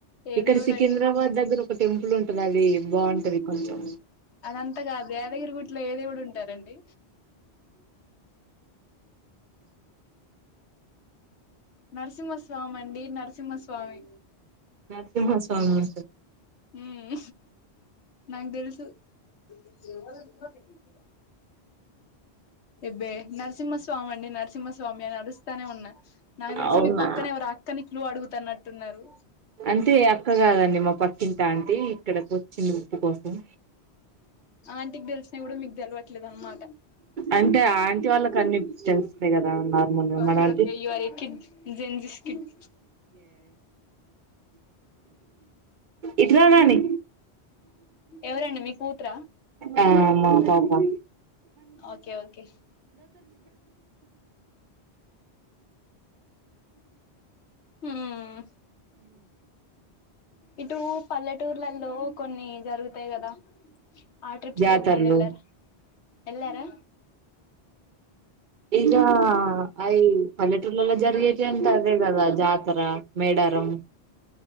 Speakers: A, on the left; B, on the right.
A: ఏ
B: ఇక్కడ
A: దేవుడు
B: సికింద్రాబాద్
A: అండి
B: దగ్గర ఒక టెంపుల్ ఉం గది బాగుంటది కొంచెం
A: అదంత గాదు గరి యాదగిరి గుట్లో ఏదేవుడు ఉంటారండి నరసింహస్వామిండి నరసింహస్వామి
B: నరసింహస్వామి
A: ఉమ్ నాకు తెలుస్ తు ఇంకా ఎప్పుడో తెలీదు ఎబ్బె నన్ సింహస్వామి అండి నరసింహస్వామి అని అడుస్తానే ఉన్నా నాగు తెలిసి
B: అవునా
A: మీ పక్కనేవరో అక్కని క్లు అడుగు త్తన్నట్టున్నారు
B: అంతే అక్క కాదండి మా పక్ ఇంతా అంటే ఇక్కడకొచ్చి ను పకొస్తాం
A: ఆంటీక్ దెల్స్ సిగుడ మీగ్ దెల్వట్లేదన్ మాట
B: అంటే ఆ ఆంటీ వాళ్ళకి అన్ని తెలుస్తాయి కదా నార్మల్ గా
A: ఒకే
B: మనం అంటే
A: ఒకే you are a kid gen జిస్ kid
B: it రా నాని
A: ఎవరండి మీ కూతుర
B: ఆ మా పాపా
A: ఓకే ఓకే హ్మ్మ్ ఇటు పల్లెటూర్లలో కొన్ని జరుగుతాయి కదా ఆ ట్రిప్స్కిి
B: జాతరలు
A: ఎప్పుడనెల్లారా ఎళ్లారా
B: ఇగా అయి పల్లెటూర్లలో జర్ ఎటంతా అదే గదా జాతర మేడారం